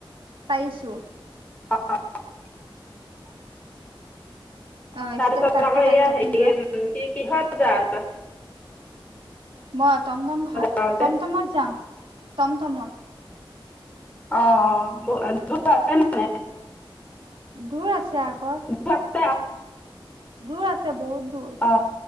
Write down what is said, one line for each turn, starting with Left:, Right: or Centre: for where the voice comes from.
Right: পাৰিছো।
Left: <unintelligible>
Right: অ
Left: তাৰপিছত
Right: ষ্টেপ কাটটো
Left: আকৌ
Right: কালি
Left: এয়া
Right: কাটি
Left: হেৰি
Right: লোৱা
Left: কি-কি কিহত যাৱ তই?
Right: মই তম-তম ভ
Left: যাৱ
Right: তম-তমত
Left: যে
Right: যাওঁ৷ তম-তমত
Left: আহ দ আছেতে মানে <unintelligible>
Right: দূৰ আছে আকৌ।
Left: দূৰ আছে
Right: দূৰ আছে বহুত দূৰ
Left: অ।